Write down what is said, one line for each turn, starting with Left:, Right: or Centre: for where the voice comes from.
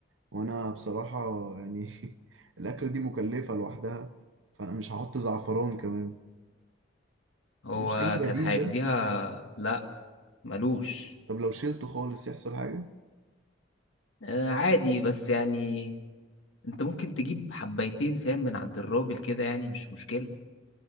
Right: وانا بصراحة يعني <laughs> الاكلة دي مكلفة لوحدها فانا مش هحط زعفران كمان
Left: هو
Right: ملوش اي بديل
Left: كان هيديها
Right: ده
Left: لا ملوش
Right: طب لو شيلته خالص يحصل حاجة
Left: آه، عادي بس يعني انت ممكن تجيب حبايتين فاهم من عند الراجل كده يعني مش مشكلة